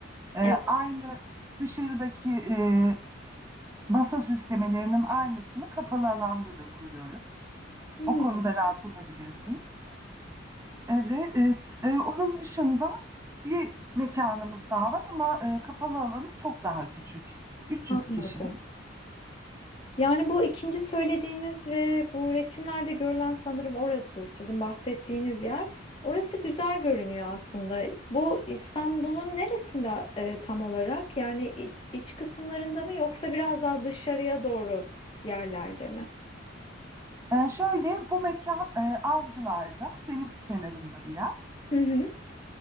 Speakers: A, on the right; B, on the left.
A: E,
B: Evet.
A: aynı dışarıdaki e, masa süslemelerinin aynısını kapalı alanda da kuruyoruz.
B: Hmm,
A: O konuda rahat olabilirsiniz. Evet, e, onun dışında bir mekanımız daha var ama e, kapalı alanı çok daha küçük. 300
B: anladım.
A: kişilik.
B: Yani bu ikinci söylediğiniz ve bu resimlerde görülen sanırım orası sizin bahsettiğiniz yer. Orası güzel görünüyor aslında. Bu İstanbul'un neresinde e, tam olarak? Yani i- iç kısımlarında mı yoksa biraz daha dışarıya doğru yerlerde mi?
A: E, şöyle bu mekan e, Avcılar'da, deniz kenarında bir yer.
B: Hı hı.